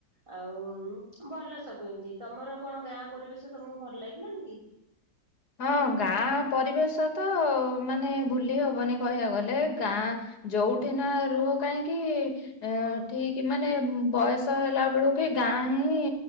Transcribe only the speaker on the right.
ଆଉ ଭଲ ସବୁ ଏମତି, ତମର କଣ ଗାଁ ପରିବେଶ ତମକୁ ଭଲ ଲାଗିଲାନି କି?